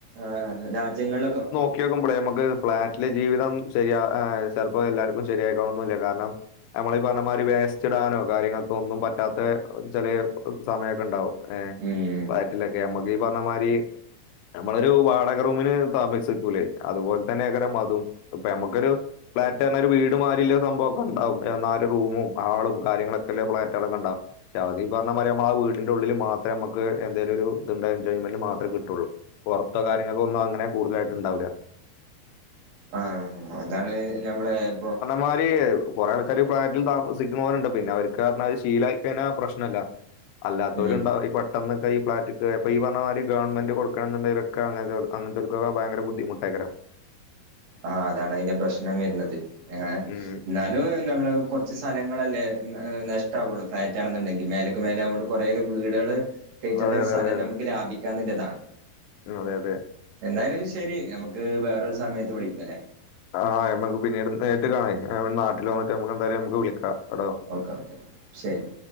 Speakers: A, on the right; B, on the left.
A: ഏഹ് രാജ്യങ്ങൾലൊക്കെ
B: നോക്കിക്കുമ്പളെ മ്മക്ക് ഫ്ലാറ്റിലെ ജീവിതം ശരിയാ ഏഹ് ചെൽപ്പോ എല്ലാർക്കും ശരിയായിക്കോണം ന്നുല്ല കാര്ണം നമ്മളീ ഈ പർണമാരി വേസ്റ്റ് ഇടാനോ കാര്യങ്ങൾക്കൊന്നും പറ്റാത്ത ചെറിയ സമയൊക്കെ ണ്ടാവും ഏഹ്
A: ഉം ഉം
B: പയറ്റ്ലൊക്കെ നമ്മ്ക്കീ പർണ മാരീ നമ്മളൊരൂ വാടക റൂമിന് താമസ്സിക്കൂലേ അതുപോൽ തന്നെ എയ്കാരം മതും ഇപ്പ യമ്മക്കൊരു ഫ്ളാറ്റ് ർണാ ഒര് വീട്മാരില്ല സംഭവക്കെ ഉണ്ടാവും ഏഹ് നാല് റൂമും ആളും കാര്യങ്ങളൊക്കെല്ലേ ഫ്ളാറ്റാളൊക്കെ ണ്ടാവും രാ അതീ പർണമാരി മ്മളെ വീട്ടിന്റെ ഉള്ളില് മാത്രെമ്മക്ക് എ എന്തേലും ഒരു ഇത്ണ്ടെൻച്ചാല് അയിന് മാത്രേ കിട്ടുള്ളൂ പുറത്തോ കാര്യങ്ങൾക്കൊന്നും അങ്ങനെ കൂടുതലായിട്ട് ണ്ടാവൂല
A: ആഹ് അതാണ് ഞമ്മളെ ഇപ്പൊ
B: മാരീ കൊറെ ആൾക്കാര് ഫ്ളാറ്റ്ലും താമസിക്ക്ണോരുണ്ട് പിന്നെ അവര്ക്ക് ർണാത് ശീലായിക്കയിന്നാ പ്രശ്നംല്ല അല്ലാത്തോരുണ്ടാവും
A: ഉം
B: ഈ പെട്ടെന്നൊക്കെ ഈ ഫ്ളാറ്റ്ക്ക് അപ്പ ഈ പർണമാരി ഗവൺമെന്റ് കൊടുക്കാണ് ന്ന് ണ്ടെങ്കിലൊക്കെ അങ്ങൻതോ അങ്ങൻ തോൽക്കൊക്കെ ഭയരങ്കര ബുദ്ധിമുട്ടെയ്ക്കാരം
A: ആഹ് അതാണ് അയിന്റെ പ്രശ്നം വര്ന്നത് ഏഹ്
B: ഉം
A: ന്നാലും നമ്മള് കൊർച്ച് സലങ്ങളല്ലേ ഏഹ് നശ് വുള്ളൂ ഫ്ളാറ്റാണ് ന്ന്ണ്ടെങ്കിൽ മേലെക്ക് മേലെ ആവോണ്ട് കുറെേക്കെ വീടാള് കേറ്റണ്ടെ
B: അതെ അതെ
A: സലം
B: അതെ
A: നമുക്ക്
B: അതെ
A: ക്കെ ലാഭിക്കാന്ന്ല്ലതാണ്
B: ഉം അതെ അതെ
A: എന്തായാലും ശരി നമ്മുക്ക് വേറൊരു സമയത്ത് വിളിക്കല്ലേ
B: ആഹ് നമ്മക്ക് പിന്നീട് നേരിട്ട് കാണെ നാട്ടിൽ വന്നിട്ട് നമ്മക്ക് എന്തായാലും നമക്ക് വിളിക്കാം കേട്ടോ
A: ഓക്കെ ഒക്കെ ശരി